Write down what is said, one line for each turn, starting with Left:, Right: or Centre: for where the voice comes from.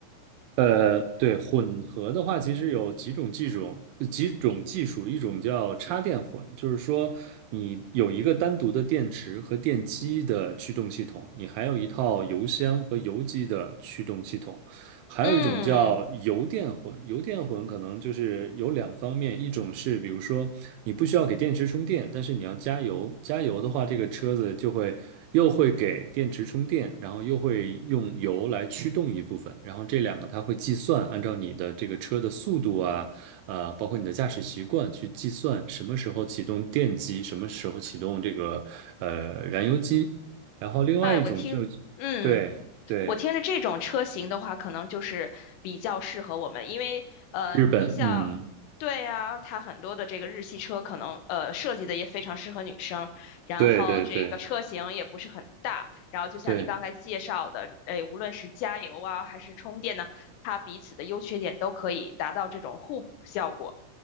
Right: 呃，对，混合的话，其实有几种技术，几种技术，一种叫插电混，就是说你有一个单独的电池和电机的驱动系统，你还有一套油箱和油机的驱动系统。还有一种叫油电混，
Left: 嗯，
Right: 油电混可能就是有两方面，一种是比如说你不需要给电池充电，但是你要加油，加油的话，这个车子就会又会给电池充电，然后又会用油来驱动一部分，然后这两个它会计算，按照你的这个车的速度啊，呃，包括你的驾驶习惯去计算什么时候启动电机，什么时候启动这个呃燃油机，然后另外一种就
Left: 哎，我听，嗯，
Right: 对对
Left: 我听着这种车型的话，可能就是比较适合我们，因为呃，
Right: 日本，
Left: 你像，
Right: 嗯。
Left: 对啊，它很多的这个日系车可能呃设计的也非常适合女生，然后这个车型也不是很大，
Right: 对对对
Left: 然后就像你刚才介绍的，
Right: 对
Left: 哎，无论是加油啊还是充电呢，它彼此的优缺点都可以达到这种互补效果。